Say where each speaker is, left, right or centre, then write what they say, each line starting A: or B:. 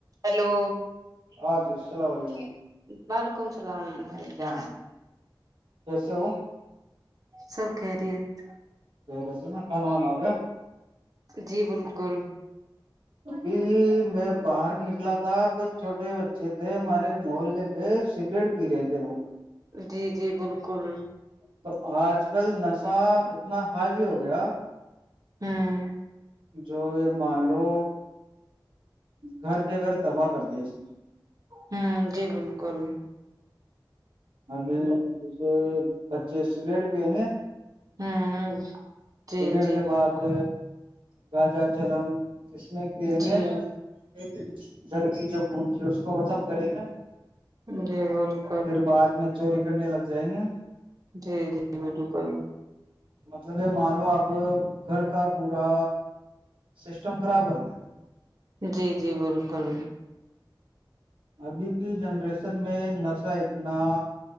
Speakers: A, on the right; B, on the right.
A: ہلو
B: ہاں جی السلام علیکم
A: وعلیکم السلام بھائی جان
B: کیسے ہو
A: سب کہریت
B: اور سناؤ کھانا وانا ہوگیا
A: جی بالکل
B: ابھی میں باہر نکلا تھا تو چھوٹے بچے تھے ہمارے محلے کے سگریٹ پی رہے تھے وہ
A: جی جی بالکل
B: تو آج کل نشہ اتنا ہائی وی ہو گیا
A: ہمم
B: جو یہ مان لو گھر کے گھر تباہ کر دیا اس نے
A: ہوں جی بالکل
B: ابھی جیسے بچے سگریٹ پئیں گے
A: ہوں جی
B: سگریٹ
A: جی
B: کے
A: بالکل
B: بعد گانجا چلم اس میں پینگے
A: جی
B: ایک در کی جو کونجی ہے اس کو ختم کریں گے
A: جی بالکل
B: پھر بعد میں چوری کرنے لگ جائیں گے
A: جی جی بالکل
B: مطلب یہ مان لو آپ گھر کا پورا سسٹم خراب کرتا
A: جی جی بالکل
B: ابھی کی جنریشن میں نشہ اتنا